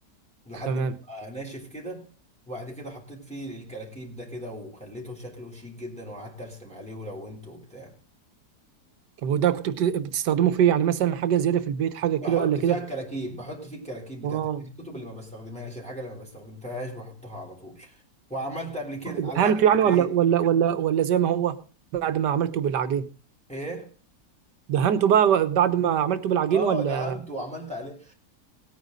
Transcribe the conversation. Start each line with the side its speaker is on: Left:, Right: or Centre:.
Centre: لحد
Right: تمام
Centre: ما بقى ناشف كده وبعد كده حطيت فيه الكراكيب ده كده وخليته شكله شيك جدا وقعدت ارسم عليه ولونته وبتاع
Right: طب وده كنت بت- بتستخدمه في إيه؟ يعني مثلا حاجه زياده في البيت حاجه كده
Centre: بحط
Right: ولا كده
Centre: فيها الكراكيب بحط فيه الكراكيب بتاعت
Right: اه
Centre: الكتب اللي ما بستخدمهاش الحاجه اللي ما بستخدمتهاش بحطها على طول وعملت قبل كده علقت
Right: دهنته يعني
Centre: كتايب
Right: ولا ولا ولا ولا زي ما هو بعد ما عملته بالعجين
Centre: ايه
Right: دهنته بقى بعد ما عملته بالعجين
Centre: اه
Right: ولا
Centre: دهنت وعملت عليه